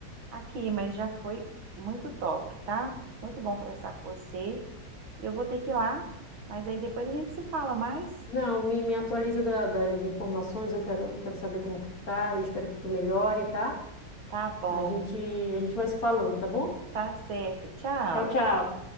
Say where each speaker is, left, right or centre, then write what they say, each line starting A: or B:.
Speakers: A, on the right; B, on the left.
A: aqui, mas já foi muito top, tá? Muito bom conversar com você. Eu vou ter que ir lá, mas aí depois a gente se fala mais.
B: Não, me, me atualiza da- das informações, eu quero, quero saber como que tu tá, eu espero que tu melhore, tá?
A: Tá bom,
B: A gente, a gente vai se falando, tá bom?
A: tá certo. Tchau.
B: Tchau, tchau.